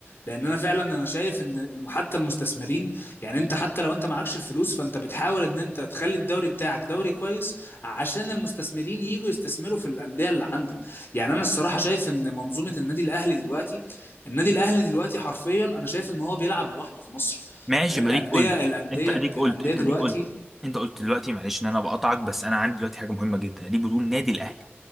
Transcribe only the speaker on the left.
لان انا فعلا انا شايف ان الم- حتى المستثمرين يعني انت حتى لو انت معكش الفلوس فانت بتحاول ان انت تخلي الدوري بتاعك دوري كويس عشان المستثمرين يجوا يستثمروا في الانديه اللي عندك يعني انا الصراحه شايف ان منظومه النادي الاهلي دلوقتي النادي الاهلي دلوقتي حرفيا انا شايف ان هو بيلعب لوحده في مصر
الانديه
الانديه
الانديه
دلوقتي